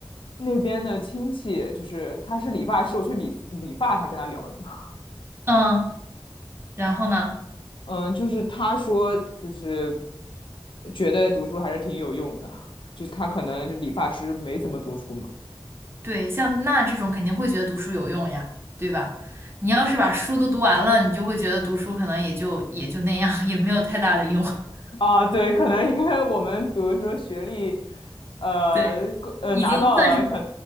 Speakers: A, on the left; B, on the right.
A: 那边的亲戚，就是他是理发师，我去理理发，他跟他聊一下。<laughs>
B: 嗯，然后呢，
A: 嗯，就是他说就是觉得读书还是挺有用的，<laughs> 就是他可能理发师没怎么读书嘛。
B: 对，像那这种肯定会觉得读书有用呀，对吧？你要是把书都读完了，你就会觉得读书可能也就也就那样，<laughs> 也没有太大的用。
A: 啊，对，可能因为我们比如说学历，呃，
B: <laughs> 对，
A: 过呃，
B: 已经算是
A: 拿到了，可